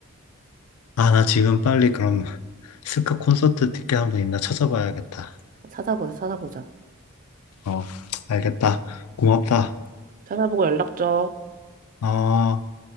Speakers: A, on the left; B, on the right.
A: 아, 나 지금 빨리 그럼 <laughs> 스카 콘서트 티켓 한번 있나 찾아봐야겠다.
B: 찾아보자, 찾아보자.
A: 어, 알겠다. 고맙다.
B: 찾아보고 연락 줘.
A: 어.